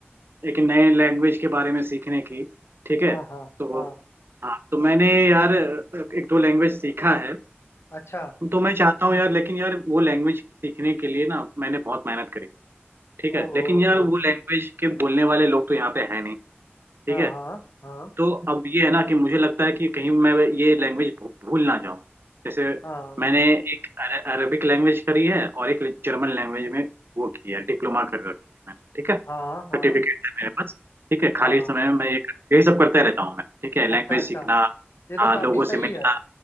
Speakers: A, on the right; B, on the left.
A: एक नए लैंग्वेज के बारे में सीखने की ठीक है
B: हाँ हाँ
A: तो
B: हाँ
A: हाँ तो मैंने यार एक दो लैंग्वेज सीखा है
B: अच्छा
A: तो मैं चाहता हूँ यार लेकिन यार वो लैंग्वेज सीखने के लिए ना मैंने बहुत मेहनत करी ठीक है
B: ओ
A: लेकिन
B: ओ
A: यार
B: ओ
A: वो लैंग्वेज के बोलने वाले लोग तो यहाँ पे है नहीं ठीक
B: हाँ
A: है
B: हाँ हाँ
A: तो अब ये है ना कि मुझे लगता है कि कहीं मैं ये लैंग्वेज भूल ना जाऊं जैसे
B: हाँ
A: मैंने
B: हाँ
A: एक अर- अरबिक लैंग्वेज करी है और एक जर्मन लैंग्वेज में वो की है डिप्लोमा कर रखी है मैंने ठीक है
B: हाँ
A: सर्टिफिकेट
B: हाँ
A: है मेरे पास ठीक है खाली
B: हाँ
A: समय में मैं ये यही सब करते रहता हूँ मैं ठीक है लैंग्वेज
B: अच्छा अच्छा
A: सीखना
B: ये तो
A: हाँ
B: काफी
A: लोगों
B: सही
A: से मिलना
B: है